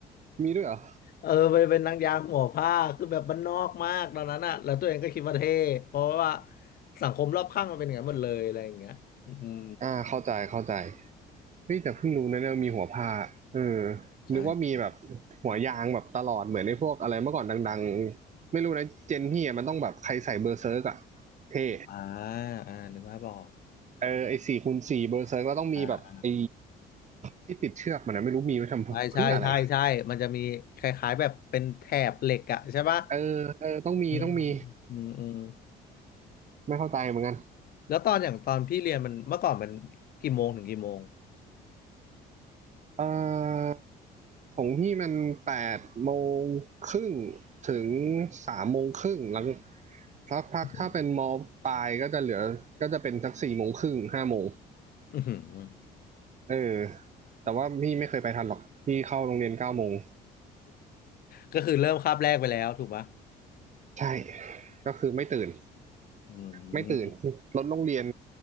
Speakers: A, on the right; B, on the left.
A: มีด้วยเหรอ
B: เออไปนเป็นนางยางหัวผ้าคือแบบบ้านนอกมากตอนนั้นอะแล้วตัวเองก็คิดว่าเท่เพราะว่าสังคมรอบข้างมันเป็นอย่างนั้นหมดเลยอะไรอย่างเงี้ยอืม
A: อ่าเข้าใจเข้าใจเฮ้ยแต่เพิ่งรู้นะเนี่ยมีหัวผ้าเออ
B: ใช่
A: นึกว่ามีแบบหัวยางแบบตลอดเหมือนในพวกอะไรเมื่อก่อนดังๆไม่รู้นะเจนพี่อะมันต้องแบบใครใส่เบอร์เซิร์กอะเท่
B: อ่าอ่านึกภาพออก
A: เออไอสี่คูณสี่เบอร์เซิร์กก็ต้องมีแบบไอ
B: อ่า
A: ที่ติดเชือกมันนะไม่รู้มีไว้ทำเพื่ออะไร
B: ใช่ใช่ใช่ใช่มันจะมีคล้ายๆแบบเป็นแถบเหล็กอะใช่ปะ
A: เออเออต้องมีต้องมี
B: อืมอืมอืมอืม
A: ไม่เข้าใจเหมือนกัน
B: แล้วตอนอย่างตอนพี่เรียนมันเมื่อก่อนมันกี่โมงถึงกี่โมง
A: เอ่อของพี่มันแปดโมงครึ่งถึงสามโมงครึ่งแล้วสักพักถ้าเป็นมอปลายก็จะเหลือก็จะเป็นสักสี่โมงครึ่งห้าโมง
B: อืมอืม
A: เออแต่ว่าพี่ไม่เคยไปทันหรอกพี่เข้าโรงเรียนเก้าโมง
B: ก็คือเริ่มคาบแรกไปแล้วถูกปะ
A: ใช่ก็คือไม่ตื่น
B: อื
A: ไม่ตื่น
B: ม
A: รถโรงเรียน